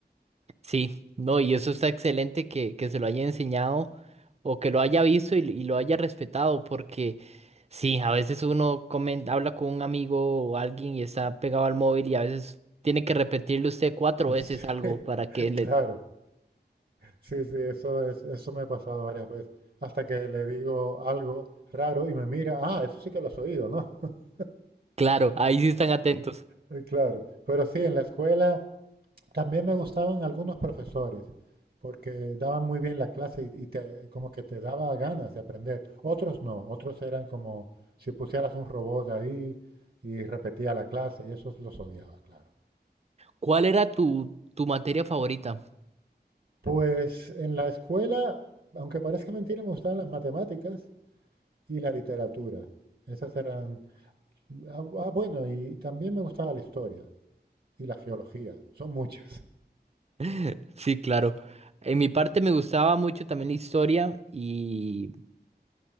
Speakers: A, on the right (about 40°); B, on the right (about 60°).
A: Sí, no, y eso está excelente que, que se lo haya enseñado o que lo haya visto y, y lo haya respetado, porque sí, a veces uno comen- habla con un amigo o alguien y está pegado al móvil y a veces tiene que repetirle usted cuatro
B: <laughs> Es-
A: veces algo para que le
B: Claro. Sí, sí, eso es, eso me ha pasado varias veces. Hasta que le digo algo raro y me mira, ah, eso sí que lo has oído, ¿no? <laughs>
A: Claro, ahí sí están atentos.
B: Y claro. Pero sí, en la escuela también me gustaban algunos profesores, porque daban muy bien la clase y, y te- como que te daba ganas de aprender. Otros no, otros eran como si pusieras un robot ahí y repetía la clase y esos los odiaba, claro.
A: ¿Cuál era tu, tu materia favorita?
B: Pues en la escuela, aunque parezca mentira, me gustaban las matemáticas. y la literatura. Esas eran... Ah, ah, bueno, y también me gustaba la historia y la geología. Son muchas.
A: <laughs> Sí, claro. En mi parte me gustaba mucho también la historia y,